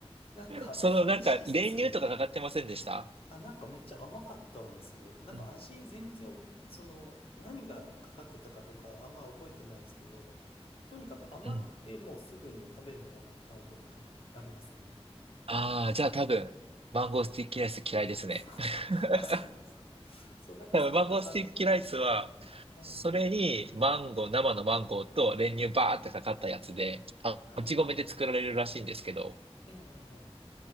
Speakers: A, on the left; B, on the right.
A: なんか、
B: そのなんか、
A: <laughs> 意識せず、
B: 練乳とかかかってませんでした
A: あ、なんかめっちゃ甘かったんですよ。なんか味全然お、
B: うん。
A: その、何がかかってたかとかあんま覚えてないんですけど、とにかく甘くてもうすぐに食べるのやめた覚えがありますね。
B: うん。ああ、じゃあ多分、マンゴースティッキーライス嫌いですね。
A: <laughs>
B: <laughs>
A: あ、そうなんですか。そう、なんかそんな感じ。
B: 多分、マンゴースティッキーライスは、
A: はいえ
B: それに、マンゴー、生のマンゴーと練乳バーってかかったやつで、
A: え。ええ
B: あ、
A: はいはいはい。
B: もち米で作られるらしいんですけど、
A: ええええ。ええ